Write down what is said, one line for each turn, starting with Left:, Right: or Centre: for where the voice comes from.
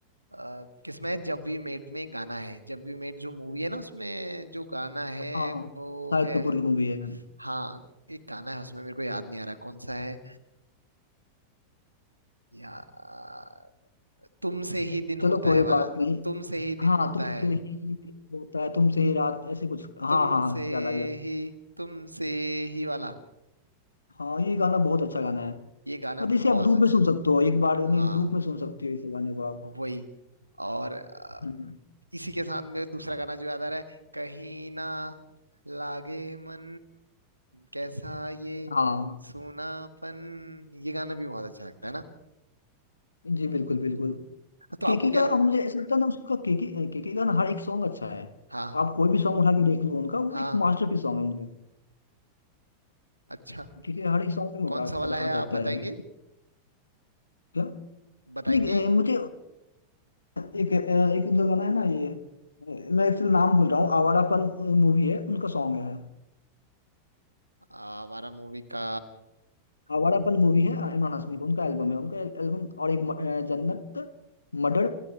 Right: अ, किसमें है जब वी मेट में एक गाना है जब वी मेट जो मूवी है ना उसमें जो गाना है
Left: हाँ हाँ
Right: वो
Left: शाहिद
Right: है
Left: कपूर की मूवी है
Right: हाँ एक गाना है उसमें मेरे को याद नहीं आ रहा कौन सा है या अ, तुमसे ही दिन होता
Left: चलो कोई
Right: है वाला
Left: बात नहीं
Right: तुमसे ही दिन
Left: हाँ
Right: होता
Left: तुमसे
Right: है
Left: ही दिन होता है तुमसे ही रात ऐसे कुछ हाँ
Right: तुमसे
Left: हाँ हाँ याद आ गया मुझे।
Right: ही तुमसे ही वाला
Left: हाँ ये गाना बहुत अच्छा गाना है
Right: ये गाना
Left: मतलब इसे
Right: बहुत
Left: आप लूप
Right: अच्छा
Left: में सुन
Right: है
Left: सकते हो एक बार
Right: हाँ
Left: नहीं लूप में सुन सकते हो इस गाने को आप
Right: वही और अ,
Left: हम्म,
Right: इसी के साथ में दूसरा गाना जो याद आ रहा है कहीं ना लागे मन कैसा ये
Left: हाँ
Right: सूनापन ये गाना भी बहुत अच्छा लगता है ना
Left: जी बिल्कुल बिल्कुल
Right: तो
Left: केके
Right: आपको क्या
Left: का
Right: लगता
Left: अब मुझे
Right: है
Left: ऐसा लगता है ना उसका केके केके का ना हर एक सॉन्ग अच्छा है
Right: हाँ
Left: आप कोई भी सॉन्ग उठा के देख लो उनका वो
Right: हाँ
Left: एक मास्टरपीस सॉन्ग है उनका
Right: अच्छा
Left: ठीक है हर एक सॉन्ग में
Right: कौन
Left: आ, आ,
Right: सा वाला है
Left: आ
Right: आप
Left: जाता है
Right: बताएंगे
Left: क्या
Right: बताएंगे
Left: नहीं अ, मुझे एक अ, एक उनका गाना है ना ये अ, मैं एक्चुअली नाम भूल रहा हूँ आवारापन मूवी है उनका सॉन्ग है
Right: आ, हमारा मूवी का
Left: आवारापन
Right: अम,
Left: मूवी है इमरान हाशमी का उनका एल्बम है उनका एल्बम और एक म- अ, जन्नत मर्डर